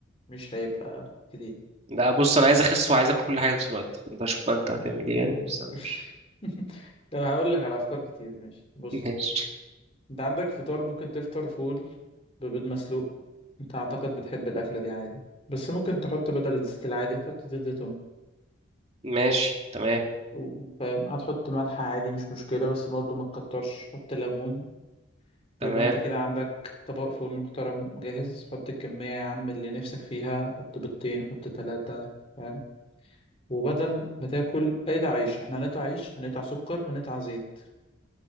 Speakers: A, on the left (about 30°); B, on the right (about 30°).
A: مش هيبقى كتير
B: لا بص انا عايز اخس وعايز اكل كل حاجه في نفس الوقت فانت شوف بقى انت هتعمل ايه يعني بس انا
A: <laughs>
B: مش
A: طب هقول لك على أفكار كتير ماشي بص
B: <laughs> ماشي
A: انت عندك فطار ممكن تفطر فول ببيض مسلوق انت اعتقد بتحب الاكله دي عادي بس ممكن تحط بدل الزيت العادي هتحط زيت زيتون
B: ماشي تمام
A: و- فاهم هتحط ملح عادي مش مشكله بس برضه ما تكترش حط ليمون
B: تمام
A: ويبقى انت كده عندك طبق فول محترم جاهز حط الكميه يا عم اللي نفسك فيها حط بيضتين حط ثلاثه فاهم وبدل ما تاكل قطع عيش احنا هنقطع عيش هنقطع سكر هنقطع زيت